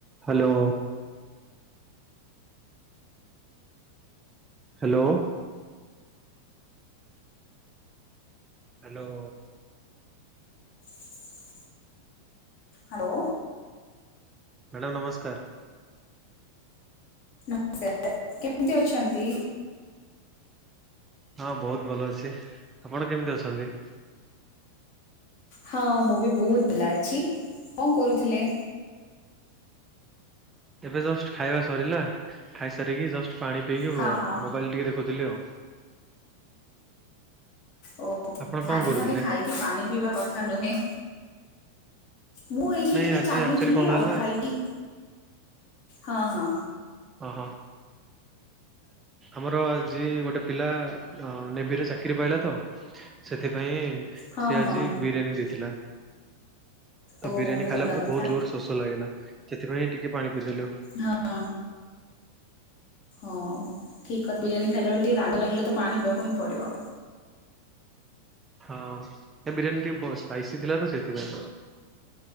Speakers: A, on the right; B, on the left.
A: Hello. Hello. Hello.
B: <inaudible> Hello.
A: Madam ନମସ୍କାର।
B: ନମସ୍କାର କେମିତି ଅଛନ୍ତି?
A: ହଁ ବହୁତ ଭଲ ଅଛି। ଆପଣ କେମିତି ଅଛନ୍ତି?
B: ହଁ ମୁଁ ବି ବହୁତ ବ୍ଲା ଅଛି। କଣ କରୁଥିଲେ?
A: ଏବେ ଜଷ୍ଟ ଖାଇବା ସରିଲା। ଖାଇସାରିକି ଜଷ୍ଟ ପାଣି ପିଇକି
B: ହଁ ହଁ
A: ମୋବାଇଲ ଟିକେ ଦେଖୁଥିଲି ଆଉ।
B: ଓ
A: ଆପଣ କଣ
B: ସାଙ୍ଗେ
A: କରୁଥିଲେ?
B: ସାଙ୍ଗେ ଖାଇକି ପାଣି ପିଇବା କଥା ନୁହେଁ। ମୁଁ ଏଇଠି
A: ନାଇଁ
B: ଟିକେ
A: ଆଜି
B: ଚାଲୁଥିଲି
A: ଆକ୍ଚୁଆଲି କଣ
B: ଆଉ
A: ହେଲା
B: ଖାଇକି। ହଁ ହଁ।
A: ଓ ହ। ଆମର ଆଜି ଗୋଟେ ପିଲା ନେଭିରେ ଚାକିରି ପାଇଲା ତ। ସେଥି ନାଇଁ
B: ହଁ
A: ସେ ଆଜି
B: ହଁ
A: ବିରିୟାନୀ ଦେଇଥିଲା। ତ
B: ଓହୋ
A: ବିରିୟାନୀ ଖାଇଲା
B: ଭଲ
A: ପରେ
B: କଥା
A: ବହୁତ ଜୋରରେ ଶୋଷ ଲାଗିଲା। ସେଥିପାଇଁ ଟିକେ ପାଣି ପିଇଦେଲୁ
B: ହଁ। ହଁ ଠିକ ଅ ବିରିୟାନୀ ଖାଇଲା ବେଳେ ଟିକେ ରାଗ ଲାଗିଲେ ତ ପାଣି ପିବାକୁ ହିଁ ପଡିବ।
A: ହଁ ଏ ବିରିୟାନୀଟି ବ ସ୍ପାଇସି ଥିଲା ତ ସେଥିପାଇଁ।